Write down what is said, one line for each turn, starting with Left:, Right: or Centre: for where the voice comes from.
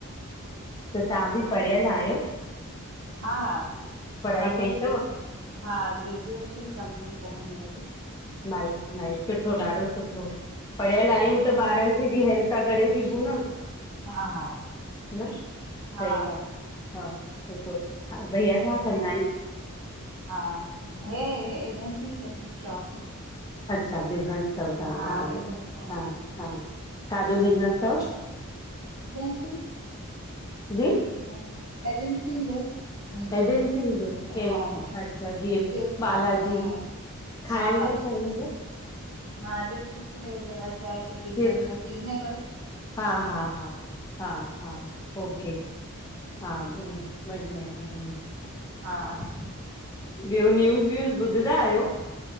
Left: त ताहां बि पढ़ियल आहियो?
Right: हा, हा
Left: पढ़ाई
Right: मांजो
Left: कई
Right: बि
Left: अथव
Right: ग्रे हा ग्रेजुएशन कंप्लीट आ मुंहिंजो बि।
Left: नाइ नाइ, सुठो ॾाढो सुठो, पढ़ियल आहियूं
Right: हा
Left: त ॿारनि खे बि हेल्प था करे सघूं न।
Right: हा हा।
Left: न सही
Right: हा
Left: ॻाल आ, हा भईया
Right: पर
Left: छा कंदा आहिन?
Right: हा, हे एजेंसी थन, शॉप।
Left: अच्छा बिज़नेस तव तहांखे
Right: हा
Left: बि,
Right: बिजनेस मैन
Left: हा हा छाजो बिज़नेस थव?
Right: एजेंसी
Left: जी
Right: सि एजेंसी जो। <unintelligible>
Left: एजेंसी जो, केड़ी,
Right: हा हा
Left: अच्छा जीअं
Right: चिप्स
Left: बालाजी।
Right: हा
Left: खाइण
Right: हा हा
Left: जी शयुन जो
Right: हा चिप्स, कुरकुरे वगैरह चांय पत्ती
Left: चिप्स
Right: जिंए मतलब सीज़नेबल।
Left: हा हा हा, हा हा ओके, हा बढ़िया आए, बढ़िया आए।
Right: हा
Left: ॿियो न्यूज़ व्यूज़ ॿुधंदा आहियो?